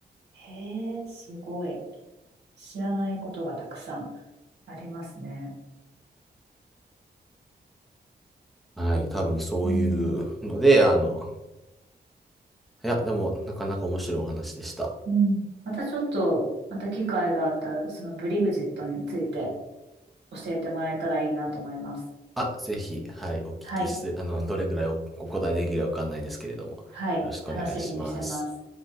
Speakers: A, on the right; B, in the centre.
A: へえ、すごい。知らないことがたくさんありますね。
B: はい。多分そういうので、
A: うん。
B: あの、いや、でも、なかなか面白いお話でした。
A: うん。またちょっと、また機会があったら、そのブリグジットについて教えてもらえたらいいなと思います。
B: あ、ぜひ、はい、お聞きして、
A: はい。
B: あの、どれぐらいおお答えできるかわかんないですけれども、
A: はい。
B: よろしくお願いします。
A: 楽しみにしてます。